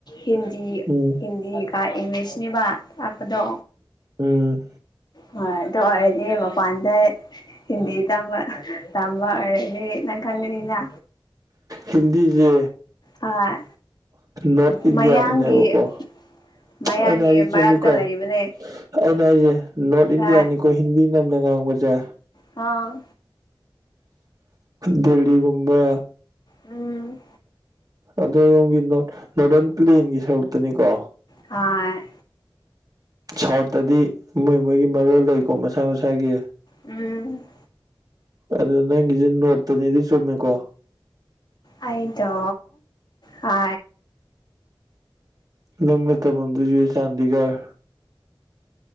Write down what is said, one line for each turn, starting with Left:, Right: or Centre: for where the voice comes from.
Left: ꯍꯤꯟꯗꯤ
Right: ꯎꯝ
Left: ꯍꯤꯟꯗꯤꯒ ꯏꯪꯂꯤꯁꯅꯤꯕ ꯇꯥꯛꯄꯗꯣ
Right: ꯎꯝ
Left: ꯍꯣꯏ ꯑꯗꯨ ꯑꯣꯏꯔꯗꯤ ꯃꯄꯥꯟꯗ ꯍꯤꯟꯗꯤ ꯇꯝꯕ ꯇꯝꯕ ꯑꯣꯏꯔꯗꯤ ꯅꯪ ꯈꯪꯒꯅꯤꯅ
Right: ꯍꯤꯟꯗꯤꯁꯦ
Left: ꯍꯣꯏ
Right: ꯅꯣꯠ ꯏꯟꯗꯤꯌꯥꯗꯅꯦꯕꯀꯣ
Left: ꯃꯌꯥꯡꯒꯤ ꯃꯌꯥꯡꯒꯤ
Right: ꯑꯩꯅ ꯍꯥꯏꯁꯦ
Left: ꯃꯔꯛꯇ
Right: ꯆꯨꯝꯃꯤꯀꯣ
Left: ꯂꯩꯕꯅꯦ
Right: ꯑꯩꯅ ꯍꯥꯏꯁꯦ ꯅꯣꯠ ꯏꯟꯗꯤꯌꯥꯅꯤꯀꯣ
Left: ꯍꯣꯏ
Right: ꯍꯤꯟꯗꯤ ꯅꯝꯅ ꯉꯥꯡꯕꯁꯦ
Left: ꯑꯥ
Right: ꯗꯦꯜꯂꯤꯒꯨꯝꯕ
Left: ꯎꯝ
Right: ꯑꯗꯣꯝꯂꯣꯝꯒꯤ ꯅꯣꯠ ꯅꯣꯔꯗꯔꯟ ꯄ꯭ꯂꯦꯟꯒꯤ ꯁꯔꯨꯛꯇꯅꯤꯀꯣ
Left: ꯍꯣꯏ
Right: ꯁꯥꯎꯠꯇꯗꯤ ꯃꯣꯏ ꯃꯣꯏꯒꯤ ꯃꯔꯣꯜ ꯂꯩꯀꯣ ꯃꯁꯥ ꯃꯁꯥꯒꯤ
Left: ꯎꯝ
Right: ꯑꯗꯨ ꯅꯪꯒꯤꯁꯦ ꯅꯣꯠꯇꯅꯤꯗꯤ ꯆꯨꯝꯃꯦꯀꯣ
Left: ꯑꯩꯗꯣ ꯑ
Right: ꯅꯪꯅ ꯇꯝꯃꯝꯗꯨꯢꯁꯤ ꯆꯥꯟꯗꯤꯒꯔ